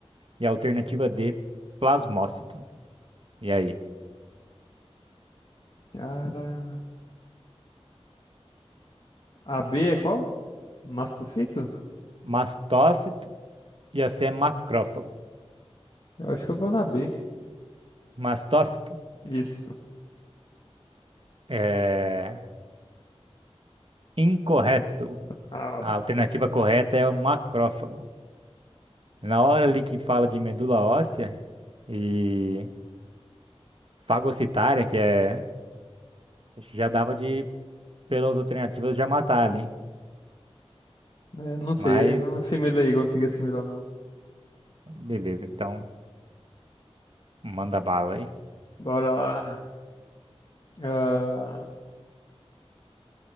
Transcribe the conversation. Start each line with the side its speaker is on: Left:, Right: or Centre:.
Right: E a alternativa D, plasmócito. E aí?
Left: Cara, a B é qual? Mastofito?
Right: Mastócito e a C é macrófago.
Left: Eu acho que eu vou na B.
Right: Mastócito
Left: Isso.
Right: é incorreto.
Left: Nossa,
Right: A alternativa
Left: cara.
Right: correta é o macrófago. Na hora ali que fala de medula óssea e fagocitária, que é. Já dava de, pelas alternativas, já matar ali.
Left: É, não sei,
Right: Mas
Left: eu não assimilei, consegui assimilar, não.
Right: Beleza, então manda bala aí.
Left: Bora lá. Ah,